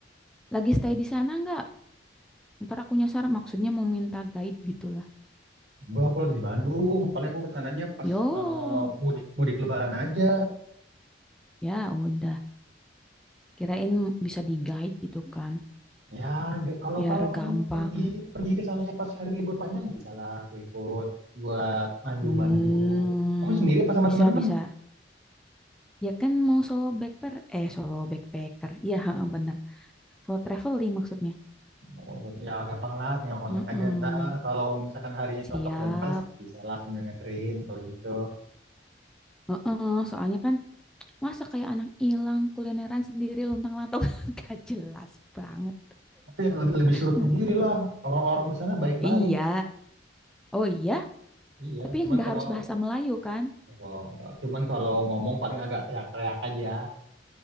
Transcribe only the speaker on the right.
gue aku lagi di Bandung, paling aku kesananya pas
eh, mudik mudik Lebaran aja.
Ya, nggak- kalau
kalau
kamu pergi pergi ke sananya pas hari libur panjang bisa lah aku ikut buat mandu-mandu.
Kamu sendiri apa sama
teman-teman?
Oh, ya gampang lah, tinggal kontak
aja ntar. Kalau misalkan harinya
cocok dan pas, bisa lah sambil nganterin kalau gitu.
Tapi yang lebih lebih surut
sendiri lah, orang-orang di sana baik-baik.
Iya,
cuman
kalau
Wah, nggak. cuman kalau ngomong paling agak teriak-teriak aja.